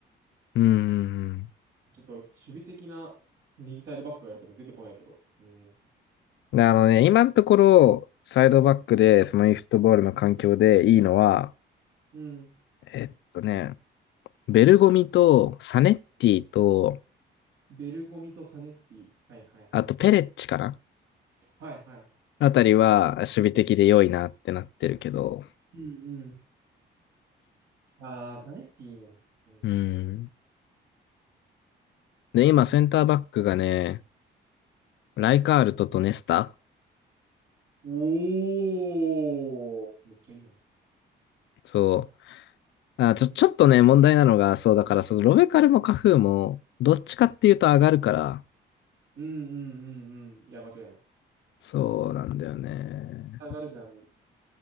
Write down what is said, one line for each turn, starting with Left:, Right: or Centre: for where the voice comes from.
Left: うーん。
Right: ちょっと守備的な右サイドバックとか言われても出てこないけど。うん。
Left: で、あのね、今のところ、サイドバックで、その e フットボールの環境でいいのは、
Right: うん。
Left: えっとね、ベルゴミとサネッティと、
Right: ベルゴミとサネッティ。はいはいはい。
Left: あとペレッチかな
Right: はいはい。
Left: あたりは守備的で良いなってなってるけど。
Right: うんうん。あー、サネッティね。うん、
Left: うん。
Right: 確か
Left: で、今、センターバックがね、ライカールトとネスタ
Right: に。おー、めっちゃいいやん。
Left: そう。あ、ちょ、ちょっとね、問題なのが、そう、だから、そのロベカルもカフーも、どっちかっていうと上がるから、
Right: うんうんうんうんうん。いや、間違いない。
Left: そうなんだよね。
Right: 下がるじゃねえか。